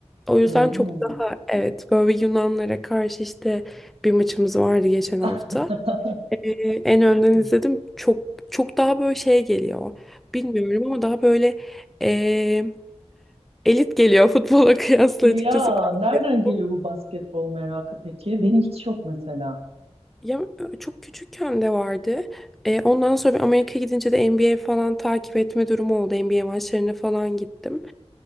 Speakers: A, in the centre; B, on the right (about 60°).
A: O yüzden
B: Hmm.
A: çok daha evet böyle Yunanlara karşı işte bir maçımız vardı geçen
B: <laughs>
A: hafta. Ee, en önden izledim. Çok çok daha böyle şey geliyor. Bilmiyorum ama daha böyle ee, elit geliyor futbola <laughs> kıyasla
B: Ya
A: açıkçası. basketbol.
B: nereden geliyor bu basketbol merakı peki? Benim hiç yok mesela.
A: Ya çok küçükken de vardı. Ee, ondan sonra bir Amerika'ya gidince de NBA falan takip etme durumu oldu. NBA maçlarına falan gittim.